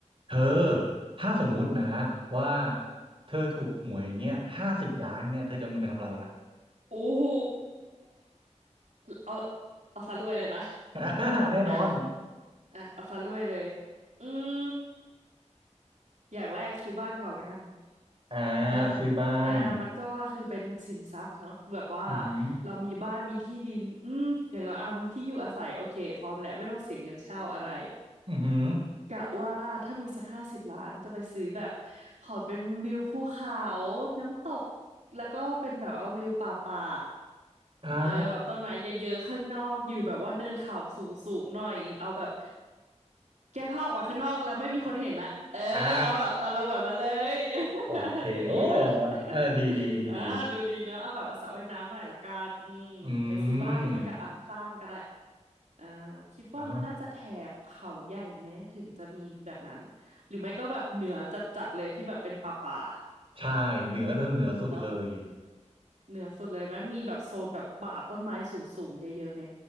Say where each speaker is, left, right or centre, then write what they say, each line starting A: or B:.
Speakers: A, on the right (about 50°); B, on the right (about 75°).
A: เธอถ้าสมมุตินะว่าเธอถูกหวยเงี้ยห้าสิบล้านเงี้ยเธอจะเอาเงินไปทำอะไรอ่ะ
B: โอ้โหเอาเอาซะรวยเลยนะ
A: <laughs> แน่นอน
B: อ่ะอ่ะเอาซะรวยเลยอืมอย่างแรกซื้อบ้านก่อนละกัน
A: อ่า
B: เนาะ
A: ซื้อบ้าน
B: อ่ามันก็คือเป็นสินทรัพย์เนาะแบบว่า
A: อือหือ
B: เรามีบ้านมีที่ดินอืมอย่างเราอ่ะมีที่อยู่อาศัยโอเคพร้อมแล้วไม่ต้องเสียเงินเช่าอะไร
A: อือหือ
B: กะว่าถ้ามีสักห้าสิบล้านจะไปซื้อแบบขอเป็นวิวภูเขาน้ำตกแล้วก็เป็นแบบว่าวิวป่าป่า
A: อ่า
B: เออแบบต้นไม้เยอะๆข้างนอกอยู่แบบว่าเนินเขาสูงๆหน่อยเอาแบบแก้ผ้าออกมาข้างนอกแล้วไม่มีคนเห็นอะเออเอาแบบเอาเราแบบนั้นเลย
A: อ่า
B: <laughs>
A: โอเคโอ้
B: ดูดีไหม
A: เออดีดีดีดี
B: <laughs> อ่าดูดีเนอะเอาแบบสระว่ายน้ำหน่อยละกันอืมไปซื้อบ้านหรือไม่ก็อ่ะสร้างก็ได้
A: อืม
B: อ่าคิดว่ามันน่าจะแถบเขาใหญ่ไหมถึงจะมีแบบนั้นหรือไม่ก็แบบเหนือจัดๆเลยที่แบบเป็นป่า
A: อ่าใช่เหนือเรื่องเหนือสุดเลย
B: ๆเนาะเหนือสุดเลยไหมมีแบบโซนแบบป่าต้นไม้สูงๆเยอะๆไหม